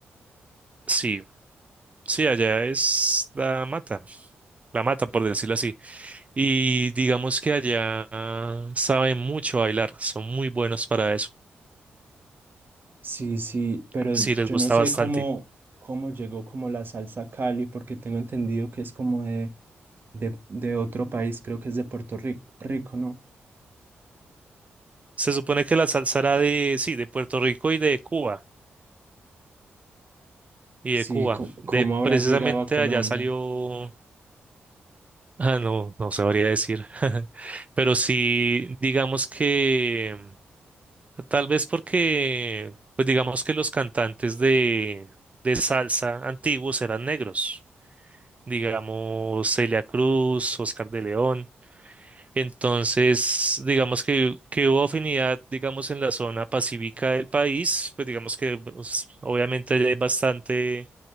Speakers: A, on the right; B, on the right.
A: sí, sí, allá es la mata, la mata, por decirlo así. Y digamos que allá ah, saben mucho bailar, son muy buenos para eso.
B: sí, sí, pero
A: Sí, les
B: yo
A: gusta
B: no sé
A: bastante.
B: cómo, cómo llegó como la salsa a Cali, porque tengo entendido que es como de, de, de otro país, creo que es de Puerto Rico, Rico, ¿no?
A: Se supone que la salsa era de, sí, de Puerto Rico y de Cuba, y
B: Sí,
A: de Cuba.
B: co-
A: De
B: cómo habrá
A: precisamente
B: llegado a Colombia.
A: allá salió, ah, no, no sabría decir. <laughs> Pero sí, digamos que Tal vez porque, pues digamos que los cantantes de, de salsa antiguos eran negros, digamos Celia Cruz, Oscar de León. Entonces, digamos que, que hubo afinidad, digamos, en la zona pacífica del país, pues digamos que pues, obviamente allá hay bastante